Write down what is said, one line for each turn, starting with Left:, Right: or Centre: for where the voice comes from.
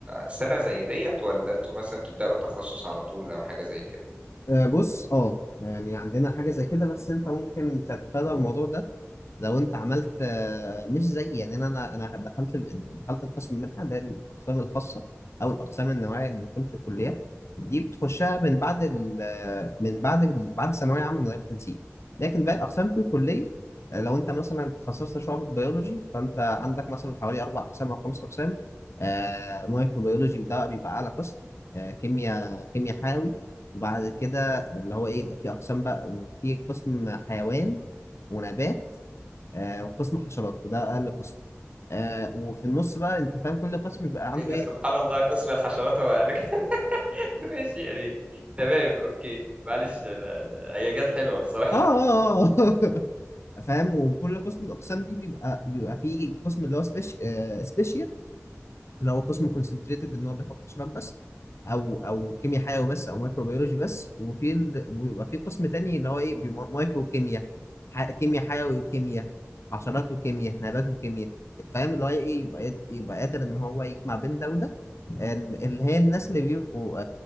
Right: سنة زي ديت ولا أنتوا مثلا بتبدأوا التخصص على طول أو حاجة زي كده؟
Left: آه، بص اه يعني عندنا حاجه زي كده بس انت ممكن تتفادى الموضوع ده لو انت عملت آه، مش زي يعني انا انا أنا دخلت دخلت القسم منحه ده الاقسام الخاصه او الاقسام النوعيه اللي بيكون في الكليات دي بتخشها من بعد ال آه، من بعد ال- بعد ثانويه عامه من غير تنسيق لكن باقي الاقسام في الكليه آه، لو انت مثلا اتخصصت شعب بيولوجي فانت عندك مثلا حوالي اربع اقسام او خمس اقسام آه، مايكروبيولوجي وده بقى بيبقى اعلى قسم آه، كيمياء كيمياء حيوي وبعد كده اللي هو ايه في اقسام بقى وفي قسم حيوان ونبات آه، وقسم حشرات وده اقل قسم آه وفي النص بقى انت فاهم كل قسم بيبقى عنده
Right: إيه ده
Left: ايه
Right: سبحان الله قسم الحشرات هو قال لك <laughs> ماشي يعني تمام أوكي معلش أنا- أنا- هي جت حلوة بصراحة
Left: اه اه اه <laughs> فاهم وكل قسم من الاقسام دي بيبقى بيبقى فيه قسم اللي هو سبيش آه سبيشال، لو هو قسم كونسنتريتد ان هو بياخد حشرات بس او او كيمياء حيوي بس او مايكروبيولوجي بس وفي ال... ويبقى في قسم تاني اللي هو ايه بيبقى مايكرو كيمياء ح... كيمياء حيوي وكيمياء حشرات وكيمياء نبات وكيمياء فاهم اللي هو ايه يبقى يبقى قادر ان هو يجمع بين ده وده ال- اللي هي الناس اللي بيبقوا